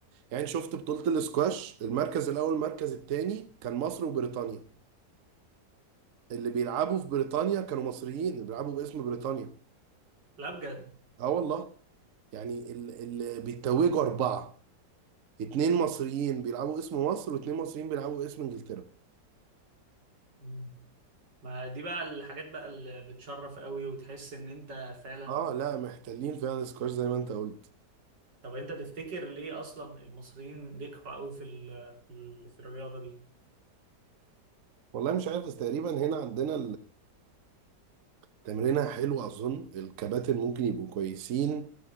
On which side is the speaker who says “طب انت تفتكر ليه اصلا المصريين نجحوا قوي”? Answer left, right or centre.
Right